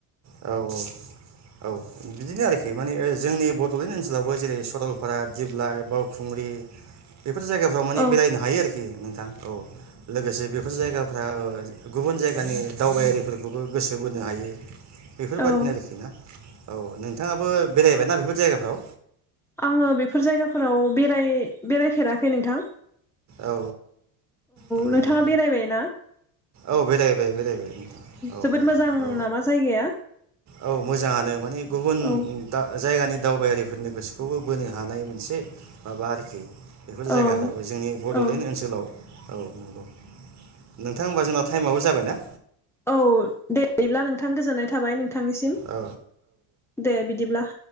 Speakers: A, on the right; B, in the centre.
A: औ औ। बिदिनो आरोखि माने जोंनि बड'लेण्ड ओनसोलावबो जेरै सरलपारा दिप्लाय बावखुंग्रि बेफोर जायगाफ्राव माने
B: औ
A: बेरायनो हायो आरोखि नोंथां औ लोगोसे बेफोर जायगा गुबुन जायगानि दावबायारिफोरखौबो गोसो बोनो हायो। बेफोरबायादिनो
B: औ
A: आरोखिना। औ नोंथाङाबो बेरायबाय ना बेफोर जायगाफ्राव?
B: आङो बेफोर जायगाफोराव बेराय बेरायफेराखै नोंथां।
A: औ औ नंगौ
B: नोंथाङा बेरायबाय ना
A: औ बेरायबाय बेरायबाय औ
B: जोबोद मोजां
A: औ।
B: नामा जायगाया
A: औ मोजाङानो माने गुबुन
B: औ
A: दा जाय दानि दावबायारिफोरनि गोसोखौबो बोनो हानाय मोनसे माबा आरोखि बेफोर जायगाफ्राबो
B: औ
A: जोंनि बड'लेण्ड
B: औ
A: ओनसोलाव औ नंगौ नोंथां होमबा जोंना टाइमाबो जाबाय ना।
B: औ दे दिब्ला नोंथां गोजोननाय थाबाय नोंथांनिसिम
A: औ
B: दे बिदिब्ला